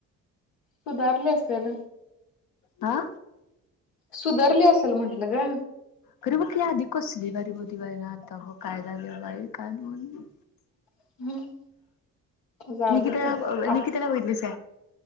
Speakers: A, on the left (about 75°); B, on the left (about 50°).
A: सुधारले असेल
B: हा
A: सुधारली असेल म्हंटलं ग
B: खरं बघ की ही आधी कसली बारीक होती बघ आता काय झालं बाई आता काय म्हणू
A: हम्म जाऊ
B: निकिताला
A: दे तिकडे आप
B: निकिताला बघितलीच